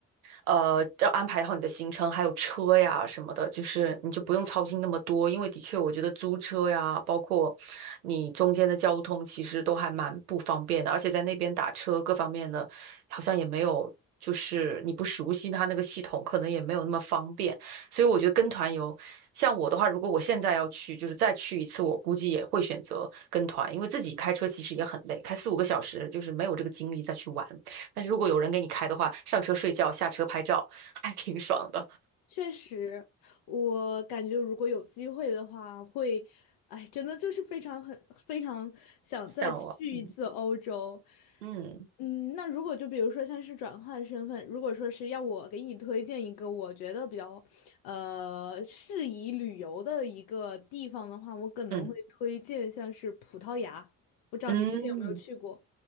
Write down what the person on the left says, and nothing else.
确实，我感觉如果有机会的话，会，哎，真的就是非常很非常想再去一次欧洲。
嗯，那如果就比如说像是转换身份，如果说是要我给你推荐一个我觉得比较呃适宜旅游的一个地方的话，我可能会推荐像是葡萄牙。
不知道你之前有没有去过？